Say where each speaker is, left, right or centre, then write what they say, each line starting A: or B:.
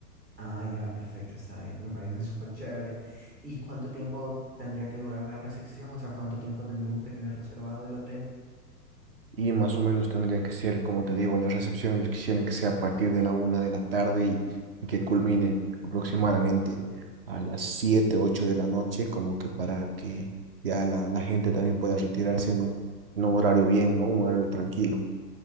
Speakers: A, on the right (about 80°); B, on the right (about 40°).
A: Ah, ya, perfecto, está bien. Me parece súper chévere. ¿Y cuánto tiempo tendría que durar la recepción? O sea, ¿cuánto tiempo tendremos que tener reservado el hotel?
B: Y más o menos tendría que ser, como te digo, la recepción ellos quisieran que sea a partir de la una de la tarde y, y que culmine aproximadamente a las siete, ocho de la noche, como que para que ya la, la gente también pueda retirarse en un, en un horario bien, ¿no? Un horario tranquilo.